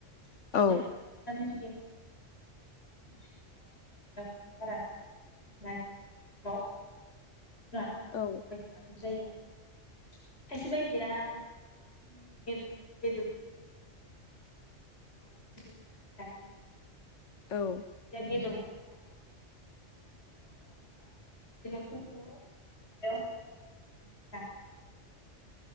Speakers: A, on the left (about 60°); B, on the left (about 80°).
A: जुदि जोङो
B: औ
A: सोमहाबनानै जुदि हरसे सोमहाबनानै दोनाबाथाय ओ संनायावहाय बारा थाबनो मोननो नागिरा आरो गोबाव सम जोङो रूनानै
B: औ
A: <unintelligible> थानांगौ जायो आरो खायसे बायदिया बांसिन बेदरखौ बेदरजों जानाय मोनो आलु <unintelligible> जायो बिदिनो
B: औ
A: आ खायसे बायदिया बेदर जों जाग्रा मानसिफोरा खायसेया खायफाया खालामो मा बेदरफोरखौ सारायाव रूनानै एवफ्रामनानै लाग्रोयो